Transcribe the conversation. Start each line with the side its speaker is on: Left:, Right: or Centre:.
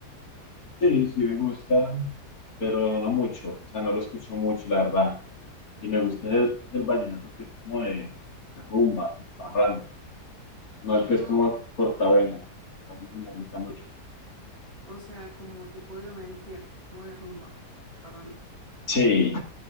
Left: Sí, sí me gusta, pero no mucho, o sea, no lo escucho mucho, la verdad. Y me gusta el, el vallenato que es como de, de rumba, de parranda, no el
Right: Mm,
Left: que es como cortavena, a mí no me gusta mucho.
Right: o sea, como tipo de Diomedes Díaz, que es como de rumba, parranda.
Left: Sí,